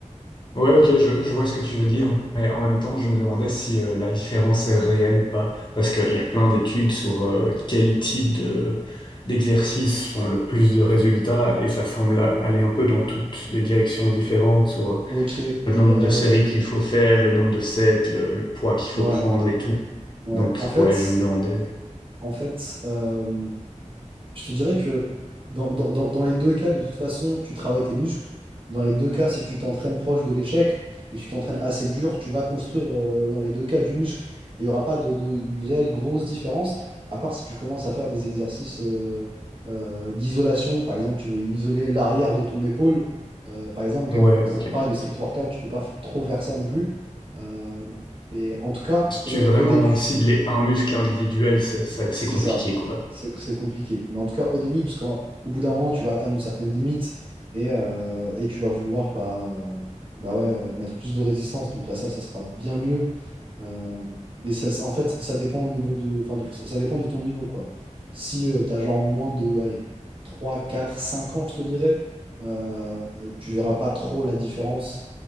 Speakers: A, on the left (about 35°); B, on the right (about 45°).
A: Ouais, ok, je, je vois ce que tu veux dire, mais en même temps, je me demandais si euh, la différence est réelle ou pas, parce qu'il y a plein d'études sur euh, quel type de d'exercices font le plus de résultats, et ça semble a- aller un peu dans toutes des directions différentes, sur euh,
B: Ok.
A: le
B: euh,
A: nombre de séries qu'il faut faire, le nombre de sets, le, le poids qu'il faut
B: ouais,
A: prendre et tout.
B: ouais.
A: Donc,
B: En fait,
A: ouais, je me demandais.
B: en fait. euh, Je te dirais que dans, dans- dans- dans les deux cas, de toute façon, tu travailles tes muscles. Dans les deux cas, si tu t'entraînes proche de l'échec et que tu t'entraînes assez dur, tu vas construire euh, dans les deux cas du muscle. Et il n'y aura pas de, de réelle grosse différence, à part si tu commences à faire des exercices euh, euh, d'isolation. Par exemple, tu veux isoler l'arrière de ton épaule. Euh, par exemple, dans,
A: Ouais,
B: dans
A: ok.
B: un pareil de street workout, tu peux pas f- trop faire ça non plus. Euh, mais en tout cas,
A: Si tu
B: euh,
A: veux vraiment
B: au début.
A: cibler un muscle individuel, c'est c'est- c'est
B: C'est
A: compliqué,
B: ça.
A: quoi.
B: C'est c'est compliqué. Mais en tout cas, au début, parce qu'au bout d'un moment, tu vas atteindre une certaine limite et, euh, et tu vas vouloir bah, euh, bah ouais, euh, mettre plus de résistance. Donc la salle, ça sera bien mieux. Euh, mais ça- ça- en fait, ça dépend au niveau de, enfin, de- ça ça dépend de ton niveau, quoi. Si tu as genre moins de, allez, 3 4 5 ans, je te dirais, euh, tu verras pas trop la différence.